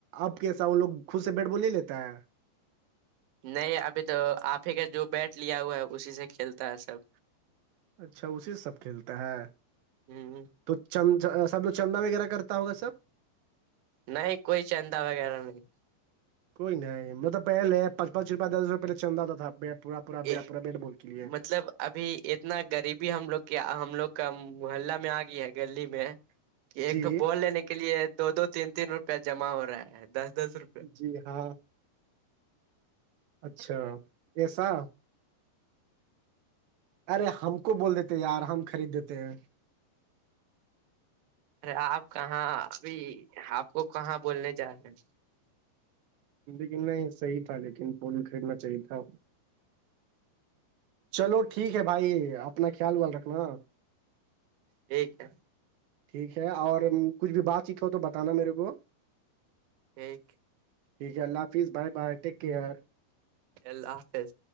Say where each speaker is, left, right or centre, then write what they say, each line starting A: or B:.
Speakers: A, on the right; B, on the right.
A: اب کیسا وہ لوگ خود سے بیٹھ بول لے لیتا ہے
B: نہیں ابھی تو آپ ہی کا جو بیٹ لیا ہوا ہے اسی سے کھیلتا ہے سب
A: اچھا اسی سب کھیلتا ہے
B: ہ
A: تو سب ل چندا وغیرہ کرتا ہوگا سب
B: نہیں کوئی چندہ وغیرہ نہیں
A: کوئی نہیں مطلب پہلے پچ پانچ روپ دس روپئے پہلے چند آ تھا پورا پورا
B: ا
A: بے- پورا بیٹ بال کے لیے
B: مطلب ابھی اتنا غریبی ہم لوگ کے ہم لوگ کا محلہ میں آ گیا ہے گلی میں ایک
A: جی
B: تو بول لینے کے لیے دو دو تین تین روپے جمع ہو رہا ہے دس دس روپے
A: جی ہاں اچھا ایسا ارے ہم کو بول دیتے یار ہم خرید دیتے ہیں
B: ارے آپ کہاں ابھی آپ کو کہاں بولنے جا رہے ہیں
A: لیکن نہیں صحیح تھا لیکن پول خریدنا چاہیے تھا چلو ٹھیک ہے بھائی اپنا خیال ویال رکھنا
B: ٹھیک ہے
A: ٹھیک ہے اور کچھ بھی بات چیت ہو تو بتانا میرے کو
B: ایک
A: ٹھیک ہے اللہ حافظ بائے بائے ٹیک کیئر
B: اللہ حافظ